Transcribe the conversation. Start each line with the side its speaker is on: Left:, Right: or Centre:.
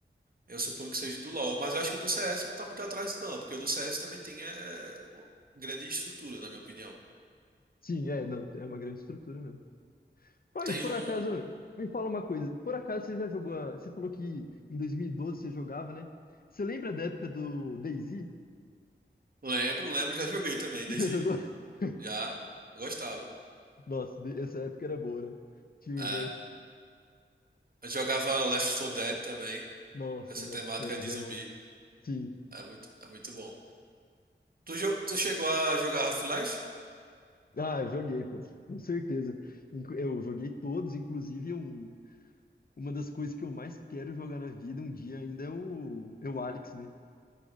Right: Eu suponho que seja do LoL. Mas eu acho que o do CS não tá muito atrás, não. Porque o do CS também tem é, é uma grande estrutura, na minha opinião.
Left: Sim, é, não, é uma grande estrutura mesmo. Ah,
Right: Tem
Left: e por
Right: um.
Left: acaso, me fala uma coisa, por acaso você já jogou, a- você falou que em 2012 você jogava, né? Você lembra da época do DayZ?
Right: Lembro, lembro, já joguei também,
Left: Já
Right: DayZ.
Left: jogou? <laughs>
Right: Já. Eu gostava.
Left: Nossa, de- essa época era boa, né? Tinha
Right: É.
Left: os jogos,
Right: Eu jogava Left 4 Dead também.
Left: nossa,
Right: Essa
Left: Left
Right: temática
Left: 4 Dead
Right: de
Left: é
Right: zumbi.
Left: bom. Sim.
Right: É muito, é muito bom. Tu, jo- tu chegou a jogar Half-Life?
Left: Ah, eu joguei, pô, com certeza. Inclu- Eu joguei todos, inclusive um, uma das coisas que eu mais quero jogar na vida um dia ainda é o, é o Alex, né?